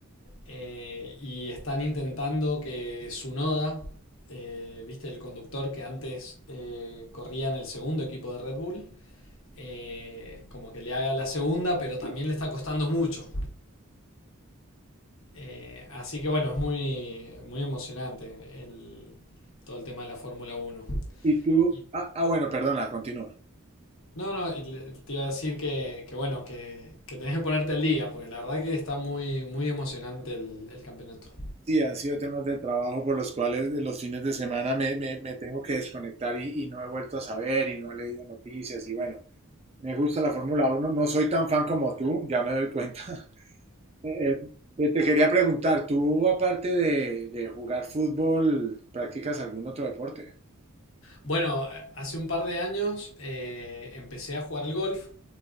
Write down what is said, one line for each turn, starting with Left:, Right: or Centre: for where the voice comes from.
Left: Eh, y están intentando que Sunoda, eh, viste, el conductor que antes eh, corría en el segundo equipo de Red Bull, eh, como que le haga la segunda, pero también le está costando mucho. Eh, así que bueno, es muy, muy emocionante el- todo el tema de la Fórmula Uno.
Right: Y tú,
Left: Y
Right: ah, ah, bueno, perdona, continúa.
Left: No, no, y le- te iba a decir que, que bueno, que, que tenés que ponerte al día, porque la verdad que está muy, muy emocionante el, el campeonato.
Right: Sí, han sido temas de trabajo por los cuales de los fines de semana me, me- me tengo que desconectar y, y no he vuelto a saber y no he leído noticias y bueno, me gusta la Fórmula Uno, no soy tan fan como tú, ya me doy cuenta. <laughs> Eh, eh, te quería preguntar, tú aparte de, de jugar fútbol, ¿practicas algún otro deporte?
Left: Bueno, hace un par de años eh, empecé a jugar al golf,